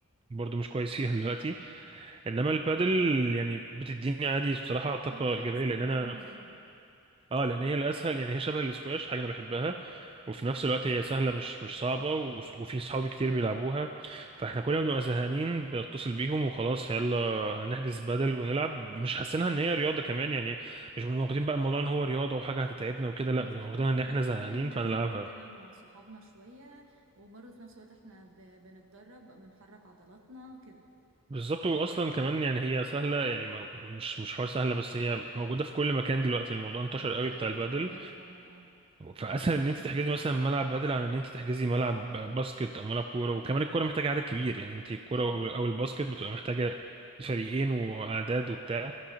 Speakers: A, on the right; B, on the right.
A: برضه مش كويس فيها دلوقتي انما البادل يعني بتديني عادي بصراحه طاقه
B: وهي
A: ايجابيه
B: الاسهل
A: لان
B: كمان
A: انا
B: ما بينهم
A: اه لان هي الاسهل يعني هي شبه الاسكواش حاجه انا بحبها وفي نفس الوقت هي سهله مش مش صعبه و- وفي صحابي كتير بيلعبوها فاحنا كلنا بنبقى زهقانين بتصل بيهم وخلاص يلا هنحجز بادل ونلعب مش حاسينها ان هي رياضه كمان يعني مش بنبقى واخدين بقى الموضوع ان هو رياضه وحاجه هتتعبنا وكده لا
B: بالظبط
A: بنبقى واخدينها
B: هي
A: ان
B: حاجة
A: احنا
B: فعلا
A: زهقانين
B: احنا
A: فهنلعبها
B: هننزل نلعب مع صحابنا شوية وبرضه في نفس الوقت احنا ب... بنتدرب بنحرك عضلاتنا كده
A: بالظبط واصلا كمان يعني هي سهله يعني ما مش مش حوار سهله بس هي موجوده في كل مكان دلوقتي الموضوع انتشر
B: اه دي
A: قوي
B: حقيقة
A: بتاع
B: انتشرت
A: البادل
B: قوي فعلا اه
A: فاسهل ان انت تحجزي مثلا ملعب بدل عن ان انت تحجزي ملعب باسكت او ملعب كوره وكمان الكوره محتاجه عدد كبير يعني انت الكوره
B: امم
A: او أو الباسكت بتبقى محتاجه فريقين واعداد وبتاع